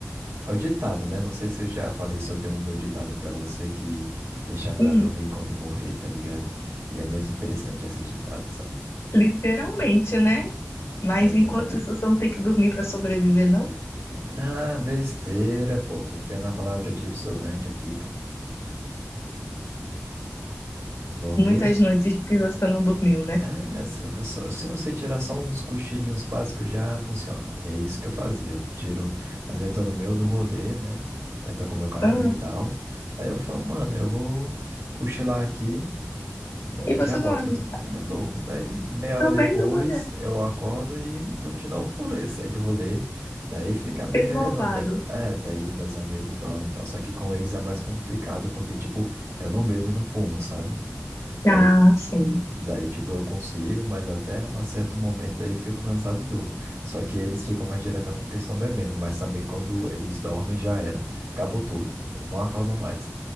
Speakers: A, on the right (about 75°); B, on the left (about 80°).
A: é o ditado, né? Não sei se eu já falei sobre um meu ditado pra você que deixa pra
B: hum.
A: dormir quando morrer, tá ligado? E é muito interessante esse ditado, sabe?
B: Literalmente, né? Mas
A: É, exatamente.
B: enquanto isso, você não tem que dormir para sobreviver, não?
A: Ah, besteira, pô. Confia na palavra de estudante aqui, pô. Dormir
B: Muitas noites que você não dormiu, né?
A: É, se você, se você tirar só uns cochilinhos básicos já funciona. E é isso que eu fazia. Eu tiro, às vezes tô no meio do rolê, né? Aí tô com meu carrinho
B: Ah,
A: e tal. Daí eu falo, mano, eu vou cochilar aqui, eu
B: e você
A: já volto
B: dorme.
A: que eu tô. com- Eu durmo. Daí meia hora
B: No
A: depois
B: meio do mané.
A: eu acordo e continuo o rolê, segue o rolê. Daí fica meio
B: Renovado.
A: que revezando. De- É, daí meus amigos dormem e tal. Só que com eles é mais complicado porque, tipo, eu não bebo e não fumo, sabe? Daí
B: Ah, sim.
A: Daí, tipo, eu consigo, mas até um certo momento daí eu fico cansado e durmo. Só que eles ficam mais diretão porque estão bebendo, mas também quando eles dormem já era. Acabou tudo. N- Não acordam mais.